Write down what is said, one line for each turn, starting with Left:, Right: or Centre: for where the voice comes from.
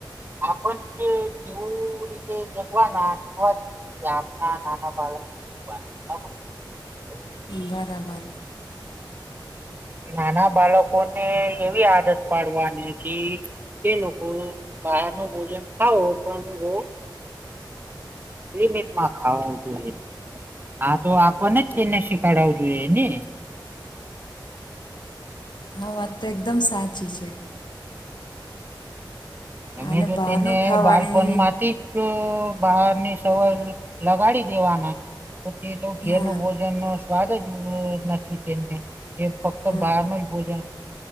Right: આપણ જે જેવું રીતે જગવાનાવા કે, આપના નાના બાળકો, હમ.
Left: બરાબર.
Right: નાના બાળકો ને એવી આદત પાડવાની છે. એ લોકો બહાર નું ભોજન ખાવ તો લિમિટમાં ખાવું જોઈએ. હા, તો આપને જ તેને શીખડું જોઈએ ને.
Left: હા, વાત તો એકદમ સાચી છે.
Right: તમે
Left: અને
Right: જો
Left: બહારનું
Right: તેને
Left: ખાવાની
Right: બાળપણમાંથી જ તો બહારની સવાર લગાડી દેવાના. તે તો ઘેર
Left: હા
Right: ન ભોજન ન સ્વાદ જ નથી, તેમને. એ ફક્ત
Left: હા
Right: બહારનું જ ભોજન